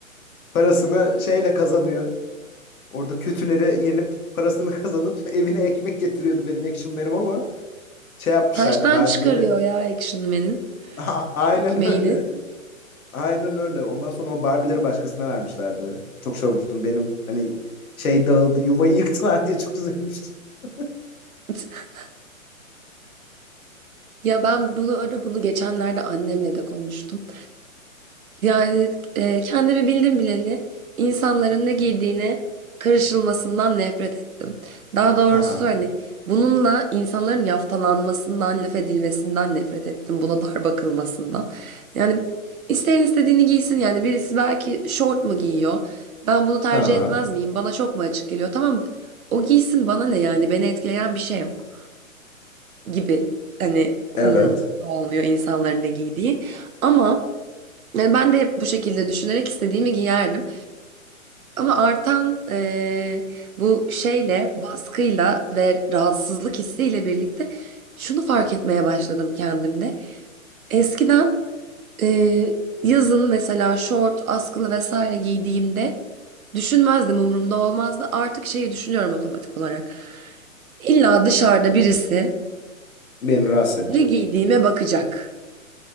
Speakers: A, on the left; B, on the right.
A: Parasını şeyle kazanıyor. Orada kötülere yenip parasını kazanıp <laughs> evine ekmek getiriyordu benim Action Man'im ama şey yapmışlardı
B: Taştan
A: Barbie'leri.
B: çıkarıyor ya Action Man'in
A: <laughs> Aynen
B: ekmeğini.
A: öyle. <laughs> Aynen öyle. Ondan sonra o Barbie'leri başkasına vermişlerdi. Çok şey olmuştum benim hani şey dağıldı yuvayı yıktılar diye çok üzülmüştüm. <laughs>
B: <laughs> Ya ben bunu öyle bunu geçenlerde annemle de konuştum. Yani e, kendimi bildim bileli insanların ne giydiğine karışılmasından nefret ettim. Daha doğrusu
A: Ha ha.
B: hani bununla insanların yaftalanmasından, laf edilmesinden nefret ettim. Buna dar bakılmasından. Yani isteyen istediğini giysin. Yani birisi belki şort mu giyiyor? Ben bunu tercih
A: Ha ha.
B: etmez miyim? Bana çok mu açık geliyor? Tamam o giysin bana ne yani? Beni etkileyen bir şey yok gibi. Hani
A: Evet.
B: umurumda olmuyor insanların ne giydiği. Ama yani ben de hep bu şekilde düşünerek istediğimi giyerdim. Ama artan eee, bu şeyle, baskıyla ve rahatsızlık hissiyle birlikte şunu fark etmeye başladım kendimde. Eskiden eee, yazın mesela şort, askılı vesaire giydiğimde düşünmezdim, umurumda olmazdı. Artık şeyi düşünüyorum otomatik olarak. İlla dışarıda birisi
A: Beni rahatsız edecek.
B: ne giydiğime bakacak.